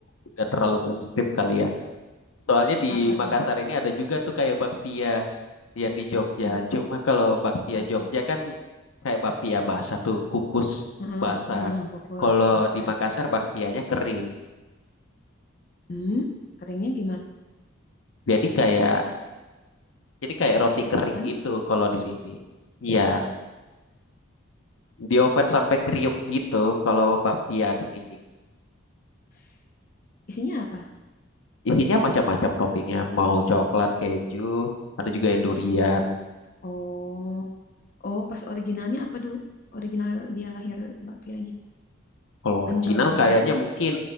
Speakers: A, on the left; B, on the left.
A: udah terlalu mainstream kali ya Soalnya di
B: Apa
A: Makassar
B: tuh?
A: ini ada juga tuh kayak bakpia yang di Jogja.
B: Bak
A: Cuma kalau bakpia
B: apa?
A: Jogja kan kayak bakpia basah tuh, kukus
B: Heeh,
A: basah.
B: heeh, kukus
A: Kalau
B: basah.
A: di Makassar bakpianya kering.
B: Hmm, keringnya gimana?
A: Jadi kayak jadi kayak roti
B: Di
A: kering
B: oven?
A: gitu kalau di sini. Iya, di oven sampai kriuk gitu kalau bakpia di sini.
B: S- Isinya apa?
A: Isinya macam-macam toppingnya, mau coklat, keju, ada juga yang durian.
B: Oh, oh pas originalnya apa dulu? Original dia lahir bakpianya.
A: Kalau
B: Kan
A: original
B: kalau di
A: kayaknya
B: Jogja,
A: mungkin